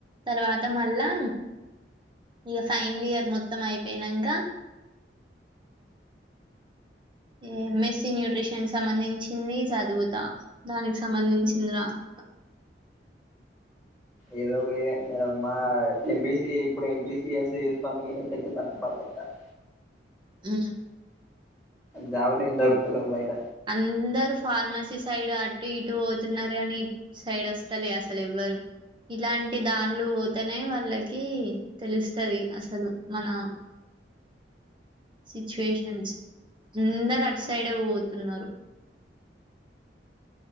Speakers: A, on the right; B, in the centre.
A: తర్వాత మళ్ళా ఇక ఫైనల్ ఇయర్ మొత్తం అయిపోనాక ఈ మెస్సీన్యూట్రిషన్ సంబంధించింది చదువుతా దానికి సంబంధించింది రాత
B: ఏదో ఒక మా ఎంబిసి ఇప్పుడు ఎంబిసి ఎస్ తీసుకొని పెద్ద తప్ప పని చెప్తాను
A: ఆ
B: జావలింద వతరు బయట
A: అందరు ఫార్మసీ సైడ్ అటు ఇటు పోతున్నారు కాని సైడ్ వస్తలే అసలు ఎవ్వరు ఇలాంటి దారులు పోతేనే వాళ్ళకి తెలుస్తుది అసలు మన సిచ్యువేషన్స్ అందరు అటు సైడే పో తున్నారు